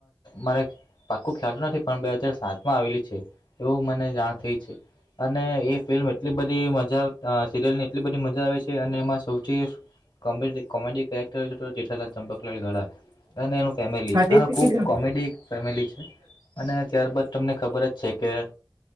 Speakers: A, on the left; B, on the right.
A: મારે ખ્ય પાક્કું ખ્યાલુ નથી પણ બે હાજાર સાત માં આવેલી છે, એવું મને જાણ થઈ છે અને એ ફિલ્મ એટલી બધી મજા, અ સિરિયલની એટલી બધી મજા આવે છે. અને એમાં સૌથી કમબેડી કોમેડી કરેક્ટર જેઠાલાલ ચંપકલાલ ગડા અને એનું ફેમિલી
B: તે
A: આ
B: તો
A: ખુબ
B: કીધું
A: કોમેડી ફેમિલી છે. અને ત્યારબાદ તમને ખબર જ છે કે